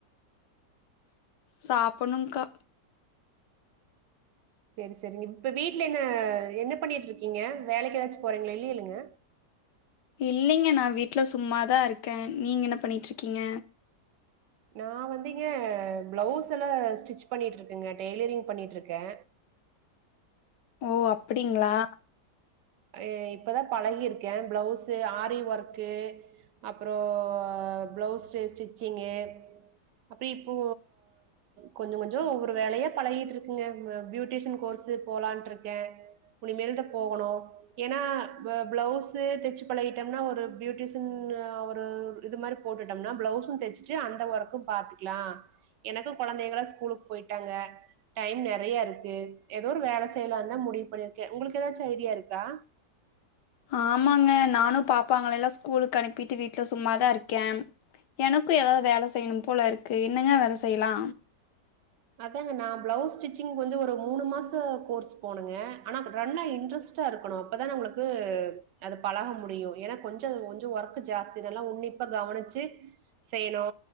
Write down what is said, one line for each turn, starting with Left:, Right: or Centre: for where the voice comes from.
Left: சாப்புணுன்க்கா
Right: சேரி சேரி நிப்ப வீட்ல என்ன என்ன பண்ணிட்ருக்கீங்க வேலைக்கு எதாச்சு போறிங்ளா இல்லையலங்க
Left: இல்லைங்க நான் வீட்ல சும்மாதா இருக்கே நீங்க என்ன பண்ணிட்ருக்கீங்க
Right: நா வந்துங்க பிளவ்ஸ் எல்லா ஸ்டிச் பண்ணீட்ருக்கங்க டெய்லரிங் பண்ணிட்ருக்கே
Left: ஓ அப்புடிங்ளா
Right: ஐயயோ இப்பதா பழகிருக்கே பிளவ்ஸு ஆரி ஒர்க்கு அப்புறோ பிளவுஸ் ஸ்டிச்சிங்கு அப்பி இப்போ கொஞ்சு கொஞ்சோ ஒவ்வொரு வேலையா பழகிட்ருக்குங்க நா பியூடீஷியன் கோர்ஸு போலான்ட்ருக்கே முனிமேல் தா போகணு ஏனா ப்ப பிளவ்ஸு தெச்சு பழகிட்டம்னா ஒரு பியூட்டிஷன் ஒரு இது மாரி போட்டுட்டம்னா பிளவ்ஸும் தச்சுட்டு அந்த ஒர்க்கும் பாத்துக்லா எனக்கு கொழந்தைகளா ஸ்கூலுக்கு போயிட்டாங்க டைம் நெறையா இருக்கு எதோ ஒரு வேல செய்லான்தா முடிவ் பண்ணிர்க்கே உங்ளுக்கு எதாச்சு ஐடியா இருக்கா
Left: ஆமாங்க நானு பாப்பாங்களய்லா ஸ்கூலுக் அனுப்பிட்டு வீட்ல சும்மாதா இருக்கே எனக்கு எதாது வேல செய்யணும் போல இருக்கு என்னங்க வேல செய்லா
Right: அதாங்க நா பிளவ்ஸ் ஸ்டிச்சிங் வந்து ஒரு மூணு மாச கோர்ஸ் போனங்க ஆனா ரன்னா இன்ட்ரெஸ்ட்டா இருக்குணு அப்பதா நம்முளுக்கு அது பழக முடியு ஏனா கொஞ்ச கொஞ்சு ஒர்க்கு ஜாஸ்தி நல்லா உன்னிப்பா கவனிச்சு செய்யணு